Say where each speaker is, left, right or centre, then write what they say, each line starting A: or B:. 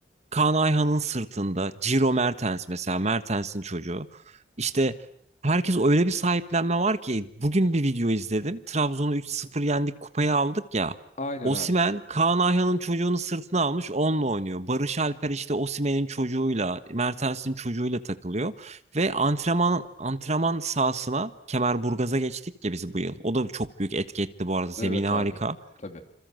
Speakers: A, on the right (about 40°); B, on the left (about 40°).
A: Kaan Ayhan'ın sırtında Ciro Mertens mesela Mertens'in çocuğu. İşte herkes öyle bir sahiplenme var ki bugün bir video izledim. Trabzon'u 3-0 yendik kupayı aldık ya.
B: Aynen
A: Osimhen
B: abi.
A: Kaan Ayhan'ın çocuğunu sırtına almış onunla oynuyor. Barış Alper işte Osimhen'in çocuğuyla Mertens'in çocuğuyla takılıyor. Ve antrenman antrenman sahasına Kemerburgaz'a geçtik ya biz bu yıl. O da çok büyük etki etti bu arada zemini
B: Evet
A: harika.
B: abi. Tabii.